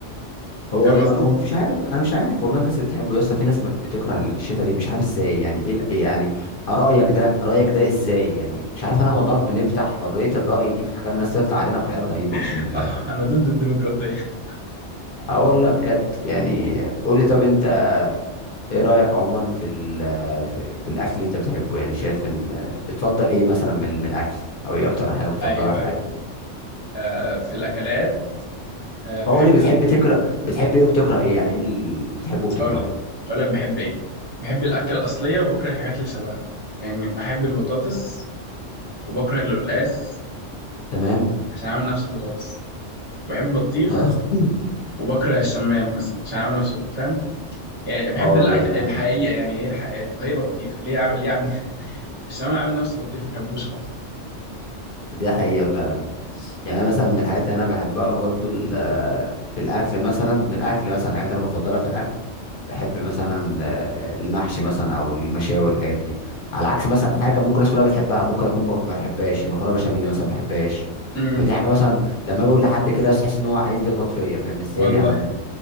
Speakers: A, on the left; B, on the right.
A: هو
B: فاهم قصدي؟
A: ما- هو مش عارف انا مش عارف والله الناس اللي بتحبه يا اسطى في ناس ما بتكره الشتاء دي مش عارف ازاي يعني ايه ال- إيه يعني رايك ده رايك ده ازاي يعني مش عارف انا والله بنفتح حريه الراي دي بتخلي الناس تطلع علينا بحاجات غريبه اقسم
B: <laughs>
A: بالله
B: آه، انا ضد الديمقراطيه <laughs>
A: اه والله بجد يعني قول لي طب انت ايه رايك عموما في ال- في في الاكل اللي انت بتحبه يعني شايف ان بتفضل ايه مثلا من من الاكل او ايه اكتر حاجه بتفضلها
B: ايوه
A: في الاكل
B: ايوه آه، في الاكلات آه، بحب
A: او قول لي بتحب
B: ال...
A: تكره بتحب ايه وبتكره ايه يعني ايه اللي بتحبه وبتكرهه
B: اقول لك اقول لك بحب ايه؟ بحب الاكله الاصليه وبكره الحاجات اللي شبهها يعني بحب البطاطس وبكره القلقاس
A: تمام
B: عشان اعمل نفسه بطاطس بحب البطيخ
A: اه <laughs>
B: وبكره الشمام مثلا عشان اعمل نفسه فاهم يعني بحب
A: اه والله
B: الاكل
A: فعلا
B: الحقيقه يعني هي الحقيقة البط- هي بطيخ ليه عامل ليه عامل <laughs> الشمام عامل نفسه بطيخ ما بحبوش خالص
A: دي حقيقة فعلا يعني أنا مثلا من الحاجات اللي أنا بحبها برضو ال- في الأكل مثلا من الأكل مثلا الحاجات اللي أنا بفضلها في الأكل بحب مثلا آه، المحشي مثلا أو المشاوي والحاجات دي على عكس مثلا
B: يعني
A: حاجة ممكن الناس كلها بتحبها ممكن أكون بغ- ما بحبهاش المكرونة بشاميل مثلا ما بحبهاش
B: امم
A: فدي حاجة مثلا لما أجي أقول لحد كده تحس إن هو عايز يغلط فيا فاهم إزاي
B: والله
A: يا عم